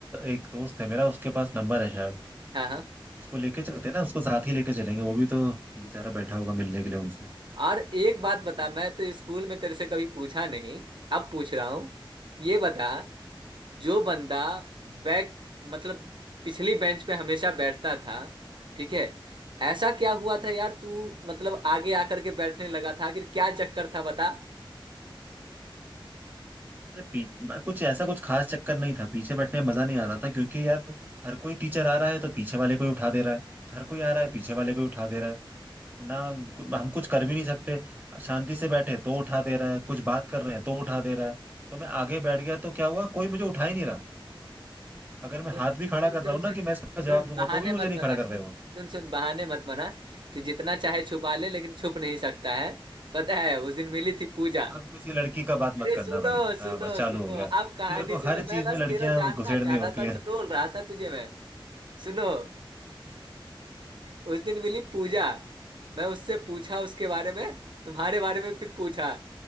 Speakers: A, on the right (about 20°); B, on the right (about 60°).
A: एक दोस्त है मेरा उसके पास नंबर है शायद
B: हाँ हाँ
A: उसको लेके चलते हैं ना उसको साथ ही लेके चलेंगे वो भी तो बेचारा बैठा होगा मिलने के लिए उनसे
B: और एक बात बता मैं तो स्कूल में तेरे से कभी पूछा नहीं अब पूछ रहा हूँ ये
A: हम्म,
B: बता जो बंदा बैक मतलब पिछली बेंच पे हमेशा बैठता था ठीक है ऐसा क्या हुआ
A: हम्म,
B: था यार तू
A: हम्म।
B: मतलब आगे आकर के बैठने लगा था आखिर क्या चक्कर था बता
A: अरे पीछ- बा- कुछ ऐसा कुछ खास चक्कर नहीं था पीछे बैठने में मजा नहीं आ रहा था क्योंकि यार हर कोई टीचर आ रहा है तो पीछे वाले को ही उठा दे रहा है हर कोई आ रहा है पीछे वाले को ही उठा दे रहा है ना कु- हम कुछ कर भी नहीं सकते शांति से बैठे तो उठा दे रहा है कुछ बात कर रहे हैं तो उठा दे रहा है तो मैं आगे बैठ गया तो क्या हुआ कोई मुझे उठा ही नहीं रहा अगर
B: सुन
A: मैं हाथ भी खड़ा कर
B: सुन सुन
A: रहा हूँ
B: सुन
A: ना कि मैं इसका जवाब
B: सुन,
A: दूंगा
B: बहाने
A: तो भी मुझे
B: मत
A: नहीं
B: बना
A: खड़ा कर
B: सुन
A: रहे वो
B: सुन सुन बहाने मत बना तू जितना चाहे छुपा ले लेकिन छुप नहीं सकता है पता है उस दिन मिली थी पूजा
A: अब किसी लड़की का बात मत
B: अरे
A: करना
B: सुनो
A: भाई हाँ
B: सुनो
A: बस चालू
B: सुनो
A: हो गया
B: अब कहानी
A: तेरे को
B: सुनो
A: हर चीज
B: मैं बस
A: में लड़कियां
B: तेरा जानना
A: घुसेड़नी
B: चाह
A: होती
B: रहा था
A: हैं
B: टटोल रहा था तुझे मैं सुनो उस दिन मिली पूजा मैं उससे पूछा उसके बारे में तुम्हारे बारे में फिर पूछा